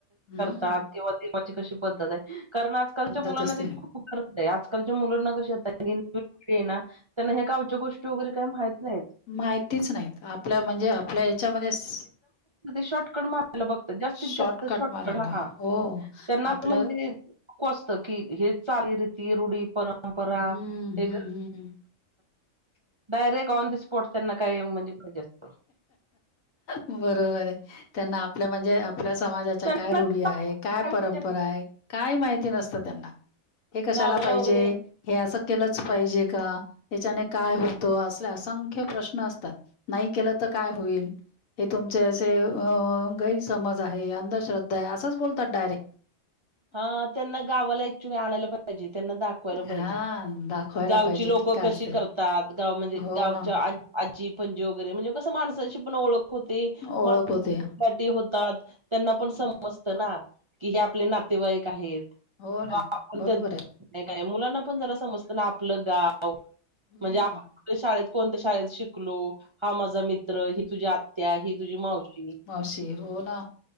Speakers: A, on the left (about 80°); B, on the right (about 45°).
A: हम्म
B: तात किंवा देवाची कशी पद्धत आहे. कारण आजकालच्या
A: पद्धत
B: मुलांना
A: असते
B: त्याची खूप गरज आहे आजकालच्या मुलांना कशा ये ना त्यांना ह्या गावच्या गोष्टी वगैरे काय माहित नाहीत
A: माहितीच नाहीत आपल्या म्हणजे आपल्या याच्यामध्ये
B: शॉर्टकट मारायला बघतात. जास्तीत
A: शॉर्टकट
B: जास्त शॉटकट
A: मारायला.
B: हा
A: हो
B: त्यांना आता
A: आपल्या
B: म्हणजे नको असत कि हे चालीरीती, रुढी, परंपरा
A: हम्म,
B: हे
A: हम्म, हम्म.
B: डायरेक्ट ऑन दी स्पॉट त्यांना काय म्हणजे पाहिजे असतं.
A: बरोबर आहे, त्यांना आपलं म्हणजे आपल्या समाजाच्या
B: त्यांना
A: काय रूढी आहे, काय परंपरा आहे? काय माहिती नसतं त्यांना. हे कशाला
B: गावाला
A: पाहिजे?
B: वगैरे
A: हे असं केलच पाहिजे का? ह्याच्याने काय होतं? असले असंख्य प्रश्न असतात, नाही केलं तर काय होईल? हे तुमचे असे अ गैरसमज आहे अंधश्रद्धा आहे असंच बोलतात डायरेक्ट.
B: हा त्यांना गावाला ऍक्च्युली आणायला पाहिजे. त्यांना दाखवायला पाहिजे,
A: हां, दाखवायला
B: गावची
A: पाहिजे
B: लोकं
A: की काय
B: कशी
A: असते.
B: करतात? गाव म्हणजे
A: हो
B: गावच्या
A: ना,
B: आ आजी पंजी वगैरे म्हणजे कसं माणसांशी पण ओळख कोती
A: ओळख
B: मग
A: होते.
B: मोटी होतात, त्यांना पण
A: हम्म
B: समजत ना की, हे आप आपले नातेवाईक आहेत
A: हो
B: किंवा
A: ना
B: आपण
A: बरोबर
B: त्यांचं काय
A: आहे.
B: मुलांना मुलांना पण जरा समजत ना, आपलं गाव
A: हम्म.
B: म्हणजे आपण कुठल्या शाळेत कोणत्या शाळेत शिकलो, हा माझा मित्र, ही तुझी आत्या, ही तुझी मावशी,
A: मावशी हो ना